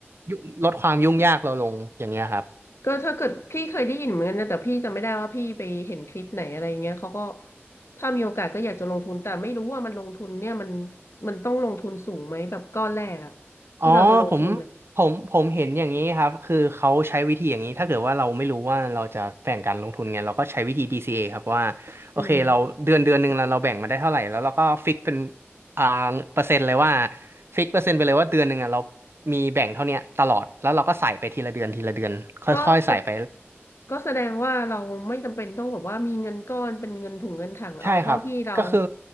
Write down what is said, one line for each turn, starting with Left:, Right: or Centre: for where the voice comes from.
Right: ยุลดความยุ่งยากเราลงอย่างเงี้ยครับ
Left: ก็ถ้าเกิดพี่เคยได้ยินเหมือนกันนะแต่พี่จำไม่ได้ว่าพี่ไปเห็นคลิปไหนอะไรเงี้ยเขาก็ถ้ามีโอกาสก็อยากจะลงทุนแต่ไม่รู้ว่ามันลงทุนเนี่ยมันมันต้องลงทุนสูงไหมแบบก้อนแรกอะที่เราจะลงทุนอะ
Right: อ๋อผมผมผมเห็นอย่างนี้ครับคือเขาใช้วิธีอย่างนี้ถ้าเกิดว่าเราไม่รู้ว่าเราจะแบ่งการลงทุนไงเราก็ใช้วิธีดี c a ครับว่าโอเคเราเดือนเดือนหนึ่งเราเราแบ่งมาได้เท่าไหร่แล้วเราก็ฟิกเป็น
Left: อืม
Right: อ่าเปอร์เซ็นต์เลยว่าฟิกเปอร์เซ็นต์ไปเลยว่าเดือนหนึ่งอ่ะเรามีแบ่งเท่าเนี้ยตลอดแล้วเราก็ใส่ไปทีละเดือนทีละเดือนค่อยๆใส่ไป
Left: ก็สดก็แสดงว่าเราไม่จำเป็นต้องแบบว่ามีเงินก้อนเป็นเงินถุงเงินถังเอาเท่าที่เรา
Right: ใช่ครับก็คือ